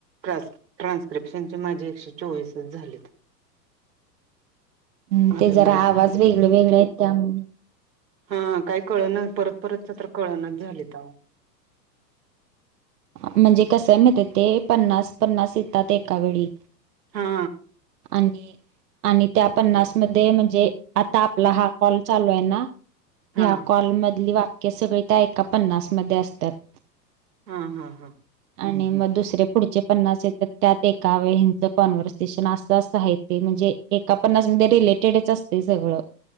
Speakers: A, on the right (about 85°); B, on the right (about 65°).
A: ट्रान्स ट्रान्स्क्रिप्शनचे माझे एकशे चोवीसच झालेत.
B: हम्
A: अजून
B: ते जरा
A: नाहीच
B: आवाज
A: झाले
B: वेगळे वेगळे आहेत त्यामु
A: हा काही कळना परत परतच तर कळनाच झालेत आहो.
B: म्हणजे कसंय माहितीये ते, पन्नास पन्नास येतात एका वेळी.
A: हा.
B: आणि आणि त्या पन्नास मध्ये म्हणजे आता आपला हा कॉल चालू आहे ना
A: हा
B: ह्या कॉल मधली वाक्य सगळी त्या एका पन्नासमध्ये असतात.
A: हा हा हा.
B: आणि मग दुसरे पुढचे पन्नास येतात त्यात एका वेळीचं कॉन्व्हर्सेशन असं असं आहे ते, म्हणजे जे एका पन्नास मध्ये रिलेटेडच असते सगळं.